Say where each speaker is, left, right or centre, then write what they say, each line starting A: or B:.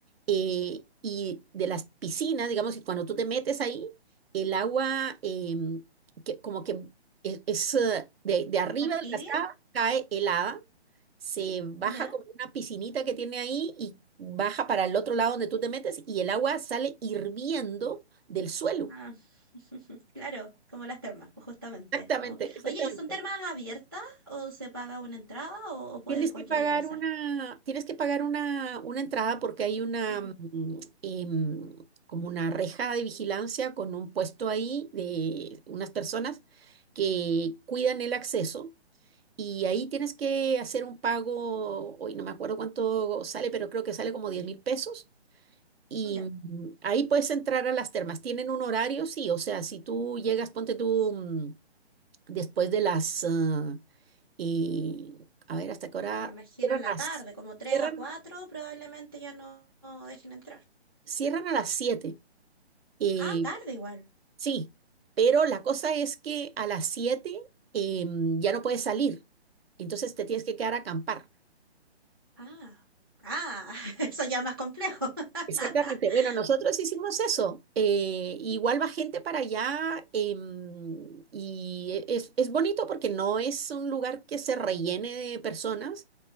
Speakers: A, on the right; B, on the right.
A: eh, y de las piscinas, digamos, y cuando tú te metes ahí, el agua em, que, como que es, es, eh, de, de arriba
B: ¿Más
A: del
B: tibia?
A: cascada, cae helada, se baja
B: Ya.
A: como una piscinita que tiene ahí y baja para el otro lado donde tú te metes y el agua sale hirviendo del suelo.
B: Ah, <laughs> Claro, como las termas, pues, justamente.
A: Exactamente,
B: como-
A: exactamente.
B: Oye, ¿y son termas abiertas o se paga una entrada o, o puede
A: Tienes
B: cualquiera
A: que pagar
B: ingresar?
A: una, tienes que pagar una, una entrada porque hay una
B: Ujú,
A: mm, em, como una reja de vigilancia con un puesto ahí de unas personas que cuidan el acceso y ahí tienes que hacer un pago, hoy no me acuerdo cuánto sale, pero creo que sale como diez mil pesos y
B: Ya.
A: mm, ahí puedes entrar a las termas. Tienen un horario, sí, o sea, si tú llegas, ponte tú mm, después de las ah, y a ver, ¿hasta qué hora?
B: Me imagino
A: Cierran,
B: en la
A: a
B: tarde,
A: las-
B: como 3
A: cierran,
B: a 4 probablemente ya no no dejen entrar.
A: cierran a las siete Eh,
B: Ah, tarde igual.
A: sí, pero la cosa es que a las siete em, ya no puedes salir. Entonces te tienes que quedar a acampar.
B: Ah, ah, <laughs> eso ya más complejo. <laughs>
A: Exactamente. Bueno, nosotros hicimos eso. eh, igual va gente para allá em, y e- es, es bonito porque no es un lugar que se rellene de personas,